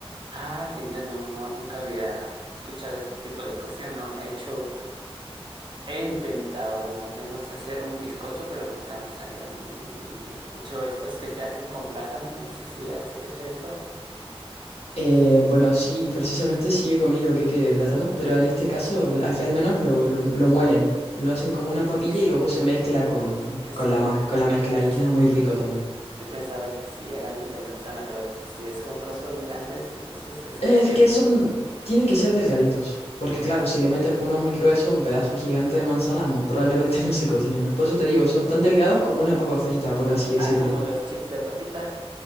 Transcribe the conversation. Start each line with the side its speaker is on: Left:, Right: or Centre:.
Right: Ah, genial, no, no, nunca había escuchado este tipo de cocción, ¿no? He hecho, he intentado, bueno, al menos hacer un bizcocho, pero nunca me ha salido muy, muy, muy bien. He hecho estos que se hacen con plátano, no sé si has hecho esto.
Left: Eh, bueno, sí, precisamente sí he comido queque de plátano, pero en este caso aquí al menos lo, lo, lo muelen. Lo hacen como una papilla
Right: Sí, sí,
Left: y luego se mezcla con,
Right: eso,
Left: con la, ma- con la mezcla
Right: yo pens-
Left: y queda muy rico también.
Right: yo pensaba que sí era el de manzana, pero si es con trozos grandes, entonces es
Left: Es
Right: casi
Left: que
Right: un...
Left: son Tiene que ser delgaditos, porque claro, si le metes uno muy grueso, un pedazo gigante de manzana, n- probablemente <laughs> no se cocine, ¿no? Por eso te digo, son tan delgados como una papa frita, por así decirlo.
Right: Ah, como los chips de papita,